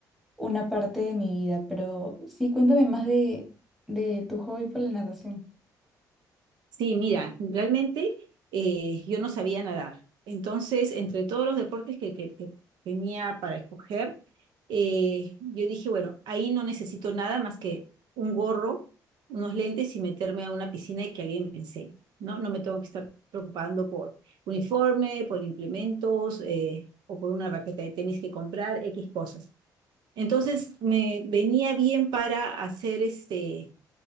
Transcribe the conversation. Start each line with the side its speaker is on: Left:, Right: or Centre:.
Centre: una parte de mi vida, pero sí, cuéntame más de, de tu hobby por la natación.
Right: Sí, mira, realmente eh, yo no sabía nadar. Entonces, entre todos los deportes que, que- que tenía para escoger, eh, yo dije, bueno, ahí no necesito nada más que un gorro, unos lentes y meterme a una piscina y que alguien me enseñe, ¿no? No me tengo que estar preocupando por uniforme, por implementos, eh, o por una raqueta de tenis que comprar, X cosas. Entonces, me venía bien para hacer este